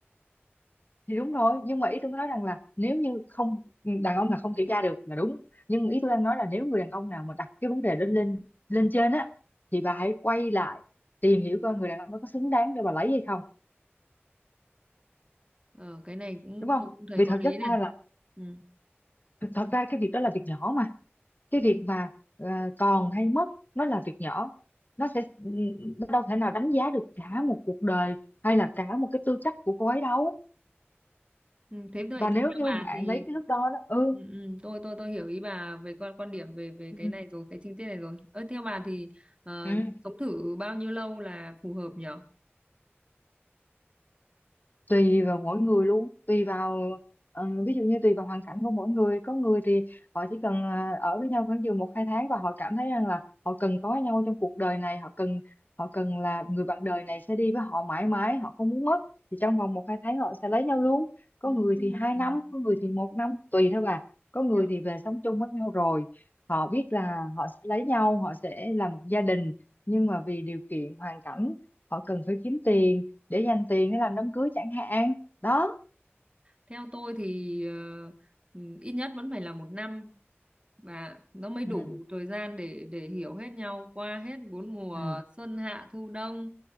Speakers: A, on the left; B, on the right.
A: thì đúng rồi nhưng mà ý tôi nói rằng là nếu như không đàn ông là không kiểm tra được là đúng nhưng ý tôi đang nói là nếu người đàn ông nào mà đặt cái vấn đề lên lên lên trên á thì bà hãy quay lại tìm hiểu coi người đàn ông đó có xứng đáng để bà lấy hay không
B: ờ cái này cũng
A: đúng không
B: tôi cũng thấy
A: vì
B: có
A: thật
B: lý
A: chất
B: này
A: ra là
B: ừ.
A: thật ra cái việc đó là việc nhỏ mà cái việc mà ờ, còn hay mất nó là việc nhỏ nó sẽ nó đâu thể nào đánh giá được cả một cuộc đời hay là cả một cái tư cách của cô ấy đâu
B: Ừ, thế vậy
A: và nếu
B: thì theo
A: như bạn
B: bà thì
A: lấy cái thước đo đó ừ
B: ừ, ừ, tôi tôi tôi hiểu ý bà về quan quan điểm về về
A: ừ,
B: cái này rồi cái chi tiết này rồi Ơ theo bà thì ờ,
A: ừ
B: sống thử bao nhiêu lâu là phù hợp nhỉ
A: tùy vào mỗi người luôn tùy vào ờ, ví dụ như tùy vào hoàn cảnh của mỗi người có người thì họ chỉ cần ờ, ở với nhau khoảng chừng một hai tháng và họ cảm thấy rằng là họ cần có nhau trong cuộc đời này họ cần họ cần là người bạn đời này sẽ đi với họ mãi mãi họ không muốn mất thì trong vòng một hai tháng họ sẽ lấy nhau luôn có
B: Ừm,
A: người thì hai năm có người thì một năm tùy thôi bà có người
B: Theo,
A: thì về sống chung với nhau rồi họ biết là họ sẽ lấy nhau họ sẽ là một gia đình nhưng mà vì điều kiện hoàn cảnh họ cần phải kiếm tiền để dành tiền để làm đám cưới chẳng hạn đó
B: theo tôi thì ờ, ừm, ít nhất vẫn phải là một năm và nó mới đủ
A: ừ
B: thời gian để để hiểu hết nhau qua hết bốn mùa
A: ừ
B: xuân hạ thu đông